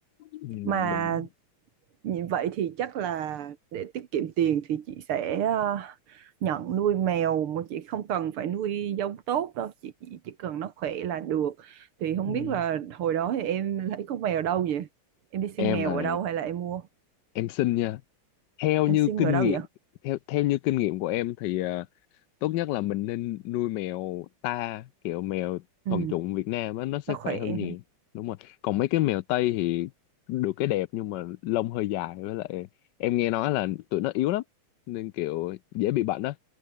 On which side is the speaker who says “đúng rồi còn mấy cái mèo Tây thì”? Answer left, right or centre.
Left